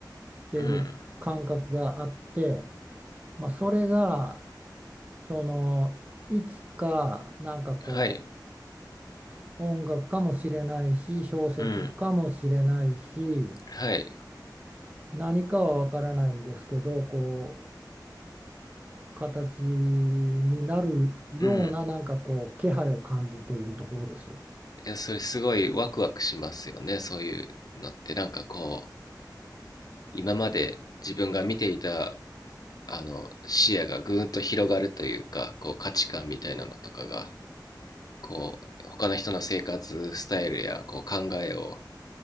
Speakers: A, on the right; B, on the left.
A: てる感覚があって、
B: うん。
A: まあ、それがそのいつかなんかこう
B: はい。
A: 音楽かもしれないし小説かもしれないし
B: うん。はい。
A: 何かはわからないんですけどこう形になるようななんかこう気配を感じているところです。
B: うん。いや、それすごいワクワクしますよね。そういうのって。なんかこう、今まで自分が見ていた、あの、視野がぐーんと広がるというか、こう、価値観みたいなのとかが、こう、他の人の生活スタイルや、こう、考えを、